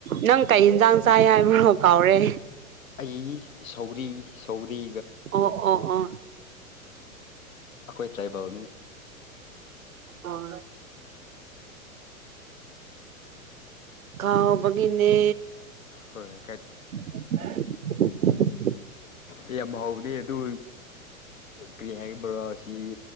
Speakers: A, on the right; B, on the left.
A: ꯅꯪ ꯀꯩ ꯌꯦꯟꯁꯥꯡ ꯆꯥꯏ ꯍꯥꯏꯕꯅꯣ ꯀꯥꯎꯔꯦ
B: ꯑꯩ ꯁꯧꯔꯤ ꯁꯧꯔꯤ
A: ꯑꯣ ꯑꯣ ꯑꯣ
B: ꯑꯩꯈꯣꯏ ꯇ꯭ꯔꯥꯏꯕꯦꯜꯅꯤ
A: ꯑꯣ ꯈꯥꯎꯑꯣ ꯒꯤꯅꯦ
B: ꯍꯣꯏ
A: <unintelligible>
B: ꯑꯦ ꯌꯥꯝ ꯍꯥꯎꯕꯅꯦ ꯑꯗꯨ ꯀꯔꯤ ꯍꯥꯏ ꯣꯔꯣ ꯁꯤ